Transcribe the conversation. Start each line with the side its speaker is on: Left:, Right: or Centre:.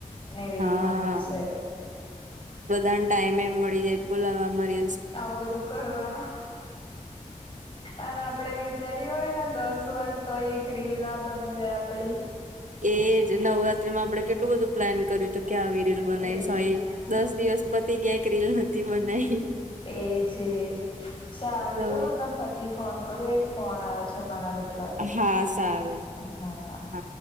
Left: અને એવી
Right: હા
Left: રીતના મુકશે
Right: બધાને ટાઈમે એમ મળી જાય બોલાવવામાંરી
Left: આવું બધું કરવાનું અને આપડે- જરી હોય ને દસ વાર તો એક રીલ ના બની રહે આપડી-
Right: એજ નવરાત્રી માં આપડે કેટલું બધું પ્લાન કર્યું હતું કે આવી- રીલ બનાવી
Left: એજ
Right: સોરી
Left: ને
Right: દસ દિવસ પતિ ક્યાંક રીલ નથી બનાવી-
Left: એજ એજ સારું
Right: તો
Left: છે ને તને- પછી ફોન કરું એક ફોન આવે્યો છે મારા મટલા-
Right: હા સારું-
Left: હબ-
Right: હા